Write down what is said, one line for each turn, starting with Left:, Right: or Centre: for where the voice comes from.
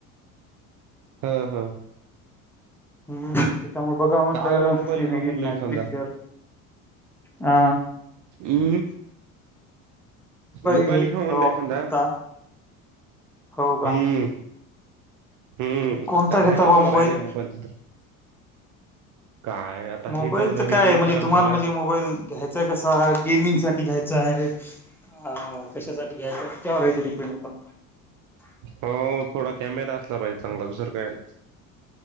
Right: हा हा हा,
Centre: हम्म, त्याच्यामुळे बघा म्हटलं
Right: काय ओ मोबाईल
Centre: सिरीज
Right: घ्याव म्हणलं
Centre: नाही
Right: एखादा
Centre: पिक्चर अ,
Right: हम, मोबाईल
Centre: घे
Right: घेऊ म्हटला
Centre: हो
Right: एखादा
Centre: घेता हो का
Right: हम्म, हम्म,
Centre: कोणता
Right: आहे
Centre: घेता
Right: का तुम्हाला
Centre: बा मोबाईल
Right: आयडिया मोबइल बदल तर काय आता
Centre: मोबाईलच
Right: हे तर डिस्प्ले
Centre: काय म्हणजे
Right: खराब
Centre: तुम्हाला
Right: झालाय
Centre: म्हणजे मोबाईल घ्यायचाय, कसा गेमिंग साठी घ्यायचा आहे. हा, कशासाठी घ्यायचं त्यावर आहे. डिपेंड आपण
Right: हो थोडा कॅमेरा असला पाहिजे. चांगला दुसर काय नाही.